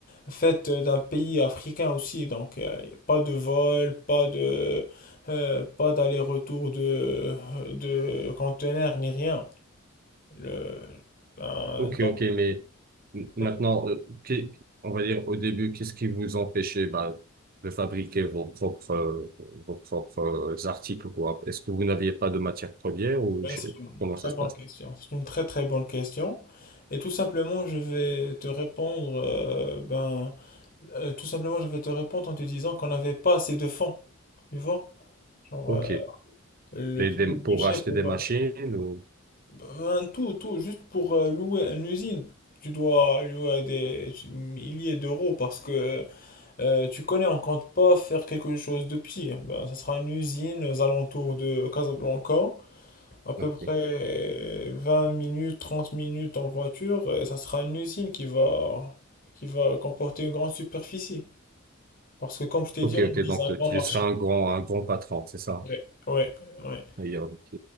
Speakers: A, on the left; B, on the right.
A: faite d'un pays africain aussi. Donc, euh, y a pas de vol, pas de, euh, pas d'aller-retour de, de conteneurs, ni rien. Le, ben,
B: Ok,
A: donc,
B: ok, mais m- maintenant,
A: euh,
B: euh, qu'est- on va dire au début, qu'est-ce qui vous empêchait bah, de fabriquer vos propres, euh, vos propres euh, articles ou quoi? Est-ce que vous n'aviez pas de matière première ou
A: ouais,
B: je-
A: c'est une
B: comment
A: très
B: ça se
A: bonne
B: passe?
A: question. C'est une très très bonne question. Et tout simplement, je vais te répondre, euh, ben. Euh, tout simplement, je vais te répondre en te disant qu'on n'avait pas assez de fonds. Tu vois? Genre,
B: Ok,
A: euh, le,
B: Les-
A: pour
B: des-
A: le
B: pour
A: budget
B: acheter
A: pour
B: des machines ou...
A: euh, un tout, tout, juste pour euh, louer une usine, tu dois louer des milliers d'euros parce que euh, tu connais, on compte pas faire quelque chose de pire. Ben, ça sera une usine aux alentours de Casablanca, à peu
B: Ok,
A: près euh, 20 minutes, 30 minutes en voiture, et ça sera une usine qui va, qui va comporter une grande superficie. Parce que comme je t'ai
B: ok,
A: dit, on
B: ok,
A: vise
B: donc
A: un grand
B: tu
A: marché.
B: seras un grand, un grand patron, c'est ça?
A: Ouais, ouais, ouais.
B: D'ailleurs, ok.